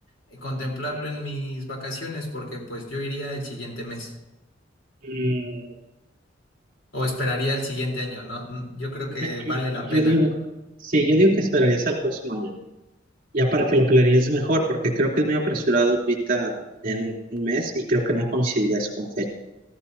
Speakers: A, on the left (about 80°); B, on the right (about 45°).
A: eh, contemplarlo en mis vacaciones? Porque pues yo iría el siguiente mes
B: Mm,
A: o esperaría el siguiente año, ¿no? Mm, Yo creo que
B: me-
A: vale la
B: yo
A: pena.
B: digo, sí, yo digo que esperarías al próximo año. Ya para que lo planees mejor, porque creo que es muy apresurado ahorita en un mes y creo que no coincidirías con fecha.